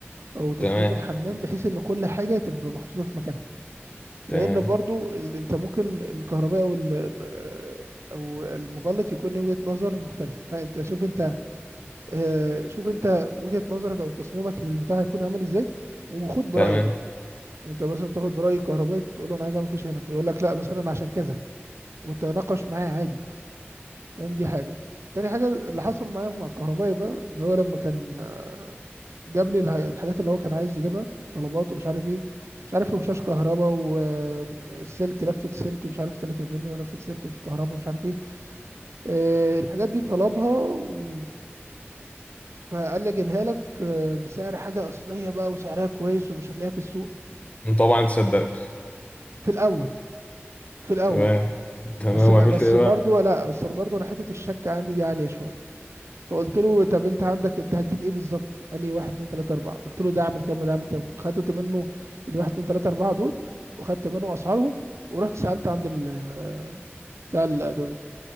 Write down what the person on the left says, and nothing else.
تمام
تمام
تمام
طبعا انت صدقته
تمام تمام
وعملت
ايه بقى